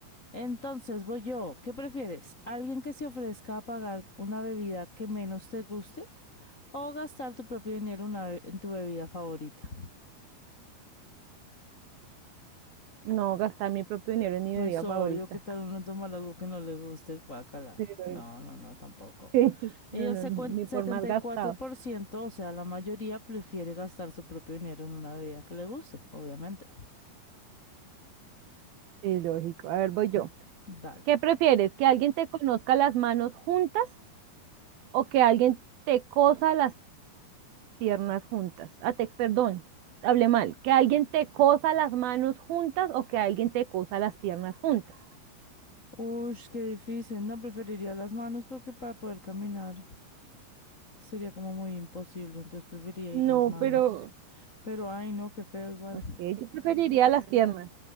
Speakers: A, on the left; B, on the right.
A: Entonces voy yo. ¿Qué prefieres? ¿Alguien que se ofrezca a pagar una bebida que menos te guste o gastar tu propio dinero una be- en tu bebida favorita?
B: No gastar mi propio dinero en mi
A: Pues
B: bebida
A: obvio,
B: favorita.
A: ¿qué tal uno tomar algo que no le guste? Guácala.
B: Sí, lógico.
A: No, no, no, tampoco.
B: <laughs>
A: Y
B: No,
A: el
B: no,
A: secuen-
B: no, ni
A: 74%,
B: por más gastado.
A: o sea, la mayoría prefiere gastar su propio dinero en una bebida que le guste, obviamente.
B: Sí, lógico. A ver, voy yo.
A: Dale.
B: ¿Qué prefieres? ¿Que alguien te conozca las manos juntas o que alguien te cosa las piernas juntas. Ah, te, perdón, hablé mal. Que alguien te cosa las manos juntas o que alguien te cosa las piernas juntas.
A: Uy, qué difícil. No preferiría las manos porque para poder caminar sería como muy imposible, entonces preferiría
B: No,
A: ir las manos.
B: pero
A: Pero ay, no, qué feo igual.
B: okay, yo preferiría las piernas.